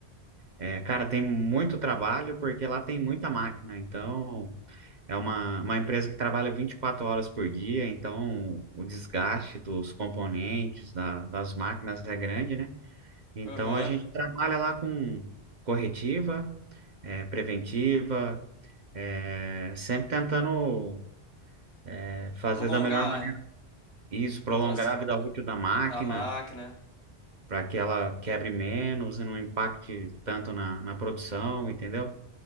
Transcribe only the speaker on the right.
é, cara, tem muito trabalho porque lá tem muita máquina, então. É uma, uma empresa que trabalha 24 horas por dia, então o desgaste dos componentes, da- das máquinas é grande, né? Então
a gente trabalha lá com corretiva, eh, preventiva, eh, sempre tentando eh, fazer
da melhor maneira isso, prolongar
a vida útil da máquina
para que ela quebre menos e não impacte tanto na, na produção, entendeu?